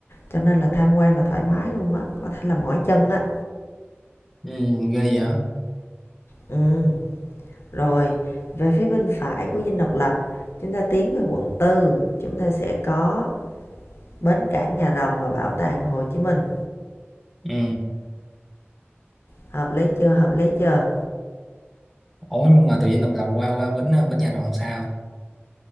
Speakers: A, on the left; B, in the centre.
A: cho nên là tham quan là thoải mái luôn á có thể là mỏi chân á
B: ừ, ghê vậy
A: ừ Rồi, về phía bên phải của Dinh Độc Lập, chúng ta tiến về quận tư chúng ta sẽ có bến cảng Nhà Rồng và bảo tàng Hồ Chí Minh.
B: ừ
A: Hợp lý chưa? Hợp lý chưa?
B: ủa nhưng mà tự nhiên độc lập qua qua bến bến nhà rộng sao